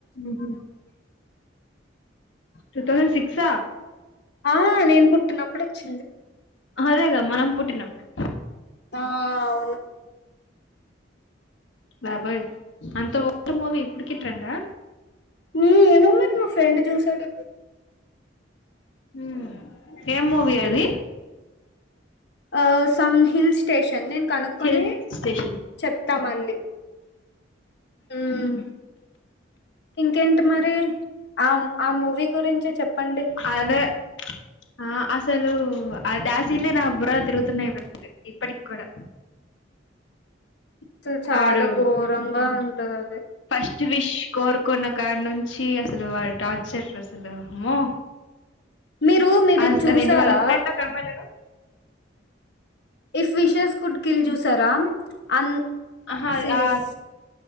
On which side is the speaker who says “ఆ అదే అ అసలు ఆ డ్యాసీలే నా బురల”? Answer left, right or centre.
Left